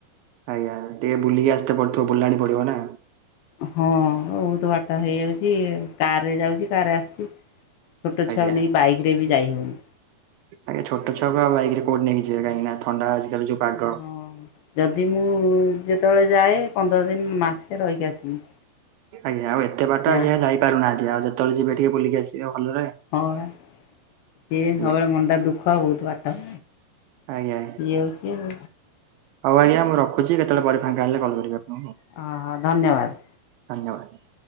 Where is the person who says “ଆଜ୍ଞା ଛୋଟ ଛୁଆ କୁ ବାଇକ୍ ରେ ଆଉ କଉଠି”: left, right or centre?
Right